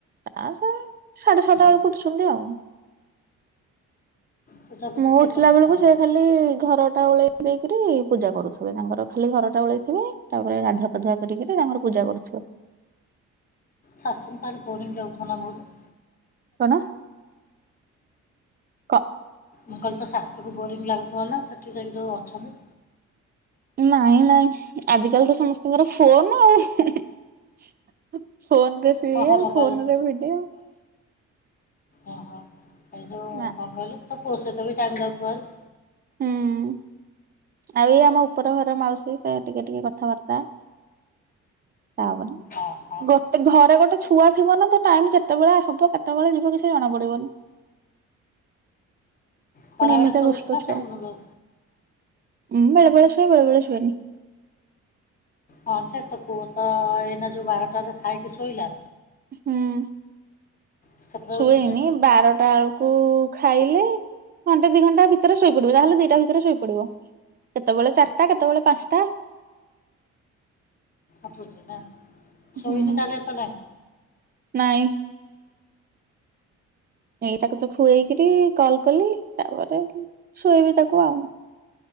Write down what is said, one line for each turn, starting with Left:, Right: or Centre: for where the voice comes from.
Right: ତା ସ ସାଡେ ଛଅଟା
Left: ହୁଁ,
Right: ବେଳକୁ ଉଠୁଛନ୍ତି ଆଉ।
Left: ପୂଜାପୂଜି
Right: ମୁଁ
Left: ସିଏ
Right: ଉଠିଲା
Left: କରୁଛ
Right: ବେଳୁକୁ
Left: କରନ୍ତି
Right: ସିଏ ଖାଲି ଲି ଘର ଟା ଓଳେଇ ଦେଇକିରି ପୂଜା କରୁଥିବେ ତାଙ୍କର ଖାଲି ଘର ଟା ଓଳେଇଥିବେ। ତାପରେ ଗାଧୁଆ ପାଧୁଆ କରି କିରି ତାଙ୍କର ପୂଜା କରୁଥିବେ।
Left: ଶାଶୁଙ୍କୁ ତାହେଲେ ବୋରିଙ୍ଗ୍ ଲାଗୁଥିବ ନା ବହୁତ?
Right: କଣ? କ
Left: ମୁଁ କହିଲି ତୋ ଶାଶୁକୁ ବୋରିଙ୍ଗ୍ ଲାଗୁଥିବ ନା ସେଠି ଯାଇକି ଯୋଉ ଅଛନ୍ତି।
Right: ନାଇଁ ନାଇଁ ଆଜିିକାଲି ତ ସମସ୍ତିଙ୍କିିର ଫୋନ୍ ଆଉ ହେଁ ହେଁ। ଫୋନ୍ ରେ ସିରିଏଲ୍
Left: ଓହୋ ମୋବାଇଲ୍
Right: ଫୋନରେ ଭିଡିଓ।
Left: ଓହୋ। ଏ ସବୁ
Right: ନା
Left: କଣ କହିଲ ତ ପୁଅ ସହିତ ବି ଟାଇମ୍ ଯାଉଥିବ ହରି।
Right: ହୁଁ ଆଉ ଏଇ ଆମ ଉପର ଘର ମାଉସୀ ସେ ଟିକେ ଟିକେ କଥାବାର୍ତ୍ତା ତାପରେ
Left: ଓହୋ।
Right: ଗୋଟେ ଘରେ ଗୋଟେ ଛୁଆ ଥିବ ନା ତ ଟାଇମ୍ କେତେବେଳେ ହବ କେତେବେଳେ ଯିବ କିଛି ଜଣା ପଡିବନି।
Left: ଖରାବେଳେ
Right: ପୁଣି ଏମିତୀଆ
Left: ଶୋଉଛୁ
Right: ଦୁଷ୍ଟ
Left: ନା
Right: ଛୁଆ।
Left: ଶୋଉନୁ ଲୋ
Right: ମହୁଁ ବେଳେ ବେଳେ ଶୁଏ ବଳେବେଳେ ଶୁଏନି।
Left: ହଁ ସେ ତ ପୁଅ ତ ଏଇନା ଯୋଉ ବାରଟାରେ ଖାଇକି ଶୋଇଲା
Right: ହୁଁ
Left: ସେ କେତେଟାରେ
Right: ଶୁଏନି
Left: ଉଠୁଛି
Right: ବାରଟା ଆଳୁ କୁ ଖାଇଲେ ଘଣ୍ଟେ ଦି ଘଣ୍ଟା ଭିତରେ ଶୋଇ ପଡିବ ଯାହେଲେ ଦିଟା ଭିତରେ ଶୋଇ ପଡିବ। କେତେବେଳେ ଚାରିଟା କେତେବେଳେ ପାଞ୍ଚଟା।
Left: ଅଠର ଶ ନା? ଶୋଇନି
Right: ହୁଁ
Left: ତାହେଲେ ଏତେବେଳେ
Right: ନାଇଁ। ଏଇ ତାକୁ ତ ଖୁଏଇକରି କଲ୍ କଲି ତାପରେ ଶୁଏଇବି ତାକୁ ଆଉ।